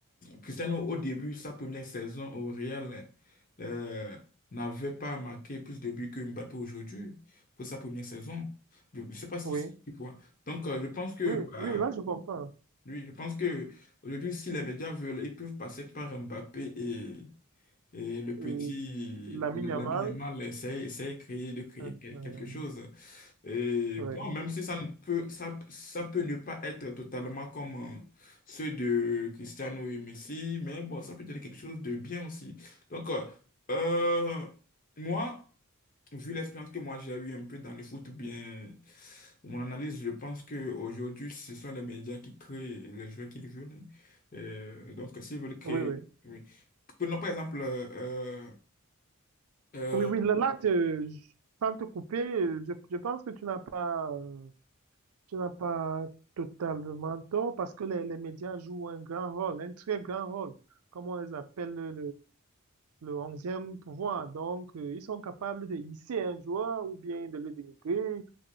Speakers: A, on the left; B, on the right.
A: Cristiano, au début, sa première saison au Real, euh, n'avait pas marqué plus de buts que Mbappé aujourd'hui pour sa première saison. Je ne sais pas si,
B: oui,
A: si tu vois. Donc, euh, je pense que,
B: oui,
A: bah,
B: oui, là je comprends.
A: lui, je pense que aujourd'hui, si les médias veulent, ils peuvent passer par Mbappé et, et le petit
B: Et Lamine
A: l'ami
B: Yamal,
A: Yamal, essayer, essayer de créer, de créer
B: euh,
A: quel-
B: euh,
A: quelque chose. Et
B: oui,
A: bon, même si ça ne peut, ça, ça peut ne pas être totalement comme euh, ceux de Cristiano et Messi, mais bon, ça peut donner quelque chose de bien aussi. Donc, euh, euh, moi, vu l'expérience que moi j'ai eue un peu dans le foot, ou bien mon analyse, je pense qu'aujourd'hui, ce sont les médias qui créent les joueurs qu'ils veulent. hein. Euh, donc, s'ils veulent créer.
B: oui, oui,
A: Oui. Prenons par exemple. euh, euh,
B: oui, oui,
A: euh,
B: là, là, te- je- sans te couper, euh, je, je pense que tu n'as pas, euh, tu n'as pas totalement tort parce que les, les médias jouent un grand rôle, un très grand rôle, comme on les appelle le, le onzième pouvoir. Donc, euh, ils sont capables de hisser un joueur ou bien de le dénigrer,